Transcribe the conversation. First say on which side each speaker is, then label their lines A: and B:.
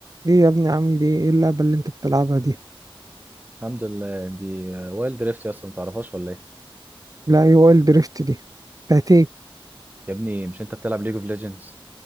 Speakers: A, on the right; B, on the right.
A: ليه يا ابني عامل ايه ايه اللعبة اللي انت بتلعبها دي
B: الحمد لله دي وايلد دريفت يا اسطى ما تعرفهاش ولا ايه
A: لا ايه هو دريفت دي بتاعت ايه
B: يا ابني مش انت بتلعب ليج اوف ليجندز